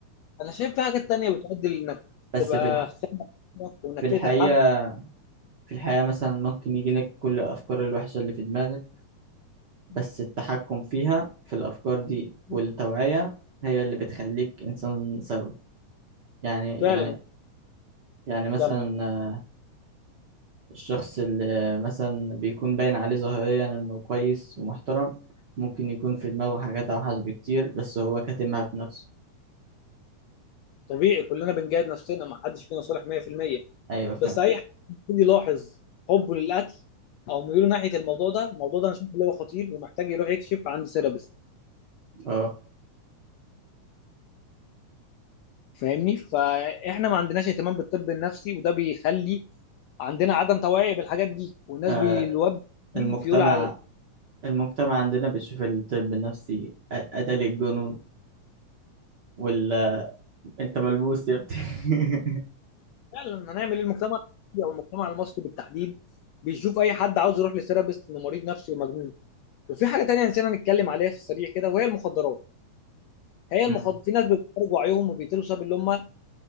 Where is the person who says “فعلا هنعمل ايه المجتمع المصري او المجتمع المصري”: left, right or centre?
Left